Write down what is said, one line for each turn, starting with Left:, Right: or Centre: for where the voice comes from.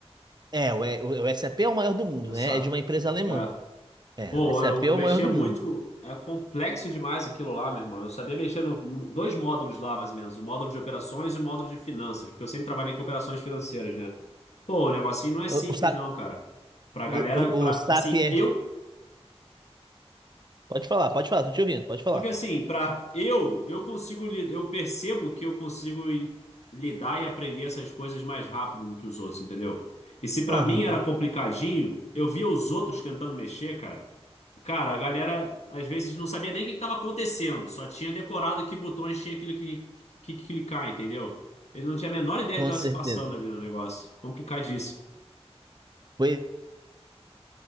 Right: É, o, E- o SAP é o maior do mundo,
Left: O
Right: né?
Left: SAP.
Right: É de uma empresa alemã.
Left: É.
Right: É,
Left: Pô,
Right: o SAP
Left: eu,
Right: é
Left: eu
Right: o
Left: mexia
Right: maior do
Left: muito
Right: mundo.
Left: com. É complexo demais aquilo lá, meu irmão. Eu sabia mexer no dois módulos lá, mais ou menos. O módulo de operações e o módulo de finanças, porque eu sempre trabalhei com operações financeiras, né? Pô, o negocinho não é simples,
Right: O, o, Sa-
Left: não, cara. Pra
Right: o,
Left: galera,
Right: o,
Left: pra,
Right: o Sapier.
Left: assim, eu.
Right: Pode falar, pode falar, tô te ouvindo, pode falar.
Left: Porque assim, para eu, eu consigo, li- eu percebo que eu consigo em- lidar e aprender essas coisas mais rápido do que os outros, entendeu? E se para
Right: Aham.
Left: mim era complicadinho, eu via os outros tentando mexer, cara. Cara, a galera às vezes não sabia nem o que estava acontecendo, só tinha decorado que botões tinha aquilo que, que, que clicar, entendeu? Ele não tinha a menor ideia
Right: Com
Left: do que estava
Right: certeza.
Left: se passando ali no negócio. Complicadíssimo.
Right: Foi